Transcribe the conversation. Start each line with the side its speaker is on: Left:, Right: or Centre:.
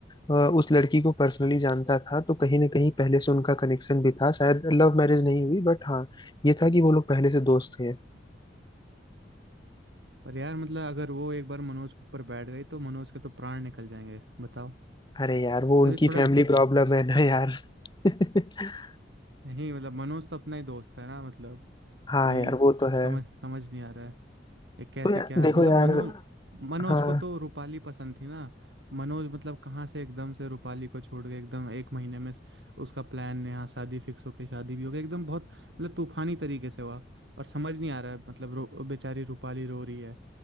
Left: अ, उस लड़की को पर्सनली जानता था तो कहीं ना कहीं पहले से उनका कनेक्शन भी था शायद लव मैरिज नहीं हुई बट हाँ ये था कि वो लोग पहले से दोस्त थे
Right: पर यार मतलब अगर वो एक बार मनोज के ऊपर बैठ गई तो मनोज के तो प्राण निकल जाएंगे बताओ
Left: अरे यार वो
Right: मतलब
Left: उनकी
Right: ये थोड़ा
Left: फैमिली प्रॉब्लम है ना यार <laughs>
Right: नहीं मतलब मनोज तो अपना ही दोस्त है ना मतलब
Left: हाँ
Right: वही
Left: यार वो तो है
Right: समझ समझ नहीं आ रहा है ये कैसे
Left: तो यार,
Right: क्या
Left: देखो
Right: मतलब
Left: यार
Right: मनोज मनोज
Left: हाँ
Right: को तो रूपाली पसंद थी ना मनोज मतलब कहाँ से एकदम से रूपाली को छोड़ के एकदम एक महीने में उसका प्लान यहाँ शादी फिक्स हो के शादी भी हो गई एकदम बहुत मतलब तूफानी तरीके से हुआ और समझ नहीं आ रहा है मतलब रो बेचारी रूपाली रो रही है